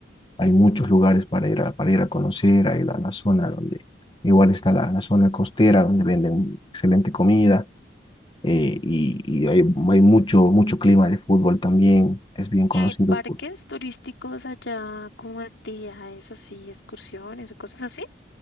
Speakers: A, on the left; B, on the left.
A: hay muchos lugares para ir a, para ir a conocer, hay la, la zona donde igual está la, la zona costera donde venden excelente comida eh, y, y hay, hay mucho, mucho clima de fútbol también, es bien
B: Y
A: conocido.
B: hay parques
A: por-
B: turísticos allá como actividades así, excursiones o cosas así.